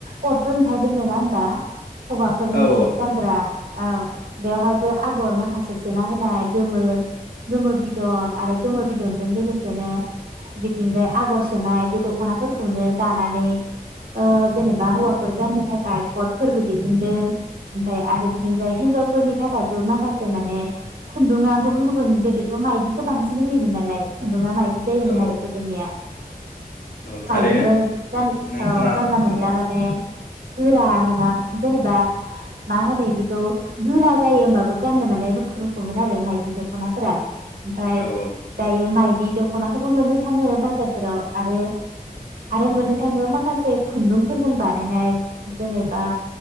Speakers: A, on the right (about 75°); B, on the left (about 75°).
A: कटबो ओंखारदों नङा होनबा? हौवाफोरनि
B: औ औ
A: गानग्रा औ। बेवहायबो आगर माखासे सोना होनाय गोमो गोमो बिदन आरो गोमो बिदनजों लोगोसेनो बिथिंजाय आगर सोनाय बे दखनाफोरखौनो दानानै ओ जेनेबा हौवाफोर गाननो थाखाय गदफोरबो दिहुनदों ओमफ्राय आरो बिदिनि जाय हिनजावफोरनि थाखायबो माखासे माने खुन्दुंआ गुबुन गुबुन गोदोथ' मायदिखौ बांसिन होयोमोन नालाय खुन्दुङा माइदि बिदि जायोमोन
B: औ
A: आरो गोदोनिया।
B: औ थारैनो
A: बायदिमोन जान
B: नोंथाङा
A: औ जानला मोनला
B: औ
A: माने गोरा नोङा जेनेबा मा होनो बिदिखौ गोरा जायो होमबाबो गाननो माने रुखु रुखुमोन आरो माइदि दखनाफोरा। ओमफ्राय
B: औ औ
A: दायो माइ बि दखनाखौबो मोननो थाङो बाजारफोराव। आरो आरो मोननो थाङो माखासे खुन्दुंफोरजों बानायनाय जेनेबा